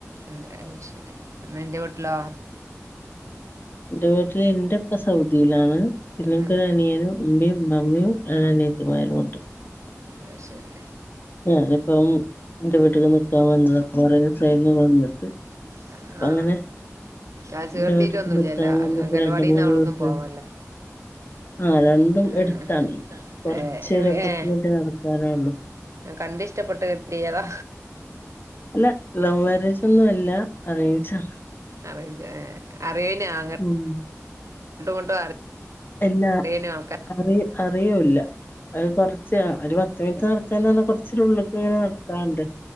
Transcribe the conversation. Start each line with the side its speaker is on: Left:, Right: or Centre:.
Right: അത് ശരി നിൻ്റെ വീട്ടിലോ?
Left: എന്റെ വീട്ടില് ഇന്റായിപ്പ സൗദിയിലാണ്. പിന്നെ എനിക്കൊരു
Right: ഉം.
Left: അനിയനും. ഉമ്മയും. ഇമ്മമ്മയും. രണ്ട് അനിയത്തിമാരും ഉണ്ട്.
Right: അഹ് ശെരി.
Left: ഞാനപ്പം എന്റെ വീട്ടിൽ നിക്കാൻവന്നതാ കുറെ ദിവസായിരുന്നു വന്നിട്ട്.
Right: ആ
Left: അപ്പൊ അങ്ങനെ
Right: ആ ചേർത്തിട്ടൊന്നുമില്ലല്ല
Left: എന്റെവീട്ടിക് നിക്കാൻ വന്നിട്ട്
Right: അംഗൻവാടിയിൽ
Left: രണ്ട മൂന്ന്
Right: നിന്ന് അവിടെ
Left: ദിവസം
Right: ഒന്നും പോവാല്ലേ
Left: ആഹ് രണ്ടും എടുത്താണ്
Right: ഉം.
Left: കുറച്ച്
Right: ഏ, ഇവ-
Left: ഒരു പത്ത്
Right: ഏ,
Left: മിനിറ്റ് നടക്കാനേ ഉള്ളു.
Right: കണ്ട് ഇഷ്ടപ്പെട്ട് കിട്ടിയതാ.
Left: അല്ല ലവ് മാരേജ് ഒന്നും അല്ല അറേഞ്ചണ്.
Right: അറേൻജ് അറിയനാ അങ്ങന
Left: ഉം
Right: അങ്ങട്ടും ഇങ്ങട്ടൊക്കെ
Left: എല്ലാ
Right: അറിയാനു
Left: അറി അറിയൂല്ല അത് കൊറച്ച് ആഹ് ഒരു പത്ത് മിനിറ്റ് നട ച്ച്ന്നർഞ്ഞാ കൊർച്ചൊരു ഉള്ള്ക്ക് ങ്ങനെ നടക്കാണ്ട്